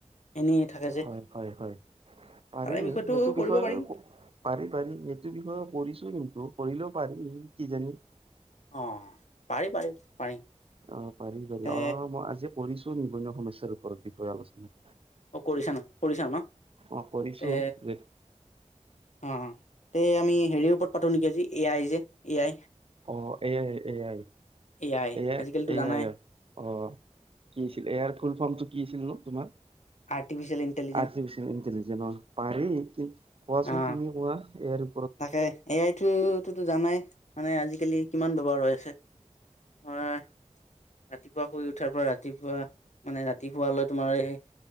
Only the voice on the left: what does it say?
এনেই থাকে যে
তাৰে
বিষয়টো
কৰিব
পাৰিম
অ' পাৰি পাৰি পাৰি।
তে
অ' কৰিছা ন কৰিছা ন?
তে
অ', তে আমি হেৰিৰ ওপৰত পাতো নেকি আজি? এ আই যে এ আই!
A I
আজিকালিতো
জানাই
আৰ্টিফিচেল ইন্টেলি
অ
তাকে, এ আইটো টোতো, জানাই মানে আজিকালি কিমান ব্যৱহাৰ হৈ আছে! হয়! ৰাতিপুৱা শুই উঠাৰ পৰা ৰাতিপুৱা মানে ৰাতি শুৱালৈ তোমাৰ এই